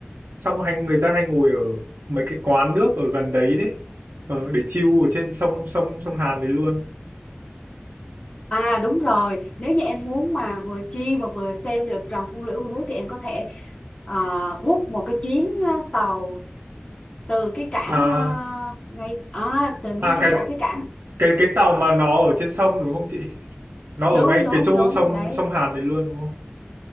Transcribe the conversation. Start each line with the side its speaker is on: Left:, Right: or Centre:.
Right: xong hay người ta hay ngồi ở mấy cái quán nước ở gần đấy đấy ờ, để chill ở trên sông sông sông Hàn đấy luôn
Left: À đúng rồi, nếu như em muốn mà vừa chill mà vừa xem được rồng phun lưỡi của nước thì em có thể uh, book một cái chuyến ờ, tàu từ cái cảng
Right: à
Left: ờ, ngay à, từ ngay
Right: à
Left: cái
Right: cái
Left: chỗ cái cảng
Right: cái cái tàu mà nó ở trên sông đúng không chị
Left: <clears throat>
Right: nó
Left: đúng
Right: ở ngay
Left: đúng
Right: cái chỗ
Left: đúng
Right: sông
Left: đấy
Right: sông Hàn đấy luôn đúng không